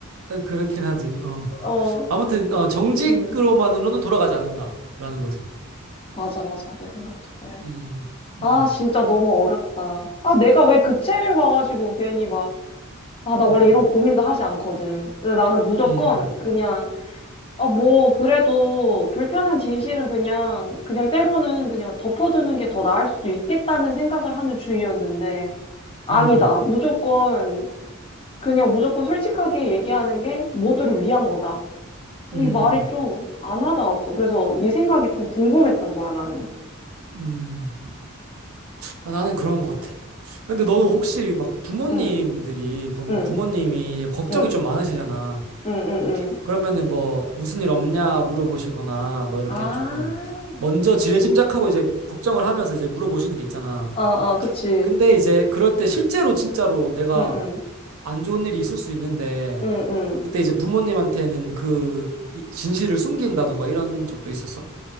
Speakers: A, on the right (about 75°); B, on the left (about 25°).
A: 아, 그렇긴 하지, 어.
B: 어,
A: 아무튼, 어, 정직으로만으로는
B: 음.
A: 돌아가지 않는다. 라는 거지.
B: 맞아, 맞아. 내 생각도 그래.
A: 음, 음,
B: 아, 진짜 너무 어렵다. 아, 내가 왜 그 책을 봐가지고 괜히 막, 아, 나 원래
A: 음,
B: 이런 고민도 하지 않거든. 근데 나는 무조건
A: 음,
B: 그냥, 아, 뭐, 그래도 불편한 진실은 그냥, 그냥 때로는 그냥 덮어두는 게 더 나을 수도 있겠다는 생각을 하는 주의였는데, 아니다.
A: 음,
B: 무조건, 그냥 무조건 솔직하게 얘기하는 게 모두를 위한 거다. 이
A: 음,
B: 말이
A: 음,
B: 좀 안 와닿았어. 그래서 네 생각이 좀 궁금했던 거야, 나는.
A: 음. 아, 나는 그런 것 같아. 근데 너는 혹시 막 부모님들이,
B: 응,
A: 부,
B: 응,
A: 부모님이 걱정이
B: 응,
A: 좀 많으시잖아.
B: 응, 응, 응.
A: 그러면은 뭐 무슨 일 없냐 물어보시거나 뭐 이렇게
B: 아,
A: 조금 먼저 지레짐작하고 이제 걱정을 하면서 이제 물어보시는 게 있잖아.
B: 어, 어, 그치.
A: 근데 이제 그럴 때 실제로 진짜로 내가
B: 응, 응,
A: 안 좋은 일이 있을 수 있는데
B: 응, 응.
A: 그때 이제 부모님한테는 그 이- 진실을 숨긴다던가 이런 적도 있었어?